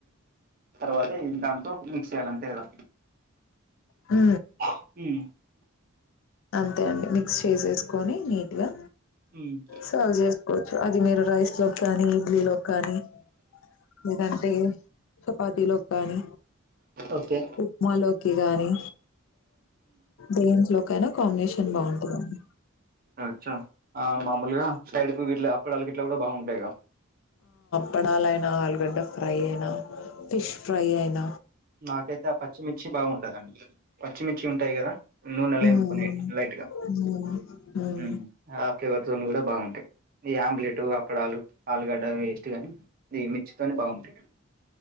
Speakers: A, on the right (about 40°); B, on the left (about 65°).
A: తర్వాత ఇ దాంట మిక్స్ చేల అంతేకదా
B: మ్
A: మ్
B: అంతే అండి మిక్స్ చేసేసుకొని నీట్ గా
A: హ్మ్
B: సవుజ కోవచ్చు అది మీరు రైస్ లో కానీ ఇడ్లీలో కానీ లేదంటేయ్ చపాతీలోక్ కాని.
A: ఓకే
B: ఉప్మాలోక్ కి గాని దేంట్లొ కైన కాంబ్నేషన్ బాగుంటదండి.
A: అ చ అ మామూల్గ సైడ్ కు గిట్ల అప్పడాల్ గి ఇట్ల గుడ బాగుంటాయ్గ.
B: పడాలైన ఆలుగడ్డ ఫ్రై ఐన ఫిష్ ఫ్రై ఐన.
A: నాకైతె ఆ పచ్చిమిర్చి బాగుంటదండి పచ్చిమిర్చి ఉంటాయ్ గద నూనెలొ
B: హ్మ్
A: ఎంపుకునేది లైట్గ
B: హ్మ్ హ్మ్
A: ఉమ్ ఆ ఫ్లేవర్ తోను గుడ బాగుంటాయ్. ఈ ఆంబ్లేటు అప్పడాలు. ఆలుగడ్డ వేస్ట్ గాని ది మిచ్చితోనే బాగుంటాయ్